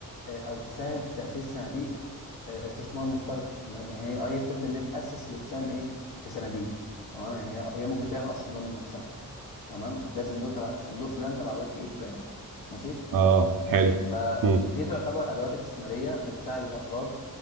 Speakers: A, on the left; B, on the right.
A: آه، أو تساهم في تأسيس صناديق آه، استثمار مشترك ما- يعني هي أه هي بتبدأ إن هي تأسس وتساهم إيه في صناديق تمام يعني هي هي ممكن تعمل أصلا صندوق من نفسها تمام فتلاقي صندوق تبع صندوق فلان تبع بنك ايه فلان ماشي
B: اه حلو
A: فدي
B: مم.
A: تعتبر ادوات استثماريه بتساعد الافراد